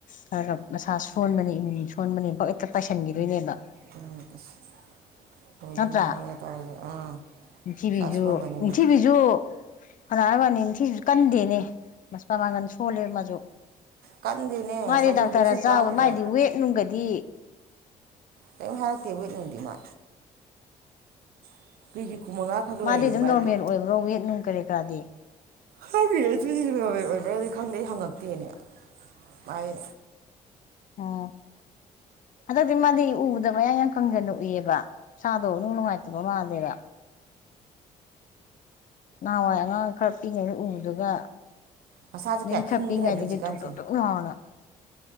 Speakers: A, on the left; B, on the right.
A: ꯈꯔ ꯃꯁꯥ ꯁꯣꯟꯕꯅꯤ ꯏꯃꯨꯟ ꯁꯣꯟꯕꯅꯤ ꯕꯀ ꯄꯥꯏꯁꯟꯈꯤꯗꯣꯏꯅꯦꯕ꯫
B: ꯎꯝ ꯑꯁ ꯈꯣꯏꯁꯨ
A: ꯅꯠꯇ꯭ꯔꯥ
B: ꯃꯉꯣꯟꯗꯒ ꯇꯧꯔꯁꯦ ꯑꯥ
A: ꯅꯤꯡꯊꯤꯕꯤꯖꯨ
B: ꯁꯥ ꯁꯣꯟꯕꯅꯤꯅ
A: ꯅꯤꯡꯊꯤꯕꯤꯖꯨ <unintelligible> ꯅꯤꯡꯊꯤ ꯀꯟꯗꯦꯅꯦ ꯃꯄꯥꯡꯒꯟ ꯁꯣꯜꯂꯦꯕ ꯃꯥꯁꯨ꯫
B: ꯀꯟꯗꯦꯅꯦ
A: ꯃꯥꯗꯤ
B: ꯉꯁꯥꯏꯁꯨ
A: ꯗꯥꯛꯇꯔꯅ
B: ꯚꯦꯛꯁꯤꯟ
A: ꯆꯥꯕ
B: ꯀꯥꯞꯄꯗ
A: ꯃꯥꯗꯤ ꯋꯦꯠ ꯅꯨꯡꯒꯗꯤ
B: ꯀꯦꯏꯝ ꯍꯥꯏꯔꯛꯇꯦ ꯋꯤꯠ ꯅꯨꯡꯗꯤ ꯃꯥ <unintelligible> ꯈꯛ
A: ꯃꯥꯗꯤ
B: ꯂꯩꯌꯦ
A: ꯑꯗꯨꯝ
B: ꯃꯥꯏꯁꯨ
A: ꯅꯣꯔꯃꯦꯜ ꯑꯣꯏꯕ꯭ꯔꯣ ꯋꯤ ꯅꯨꯡ ꯀꯔꯤ ꯀꯔꯥꯗꯤ?
B: ꯍꯪꯗꯦ ꯑꯗꯨꯗꯤ ꯅꯣꯔꯃꯦꯜ ꯑꯣꯏꯕ꯭ꯔꯥꯗꯤ ꯈꯪꯗꯦ ꯑꯩ ꯍꯪꯉꯛꯇꯦꯅꯦ ꯃꯥꯥꯏ
A: ꯑꯝ ꯑꯗꯣ ꯑꯩꯗꯤ ꯃꯗꯤ ꯎꯕꯗ ꯃꯌꯥꯡ ꯌꯥꯝ ꯀꯪꯖꯟꯅ ꯎꯏꯌꯦꯕ ꯃꯁꯥꯗꯣ ꯏꯅꯨꯡ ꯅꯨꯡꯉꯥꯏꯇꯕ ꯃꯥꯟꯗꯦꯕ ꯅꯍꯥꯟꯋꯥꯏ ꯑꯉꯥꯡ ꯈꯔ ꯄꯤꯛꯏꯉꯩꯗ ꯎꯒꯤꯞꯗꯨꯒ
B: ꯃꯁꯥꯁꯦ
A: ꯃꯤ
B: ꯀꯌꯥ
A: ꯊꯞꯄꯤ
B: ꯈꯤꯡꯗ꯭ꯔꯕꯅꯦ
A: ꯉꯥꯏꯗꯗꯤ
B: ꯍꯧꯖꯤꯛꯀꯥꯟꯁꯦ
A: ꯇꯨꯞ ꯇꯨꯞ ꯇꯨꯞ ꯂꯥꯎꯔꯗꯅ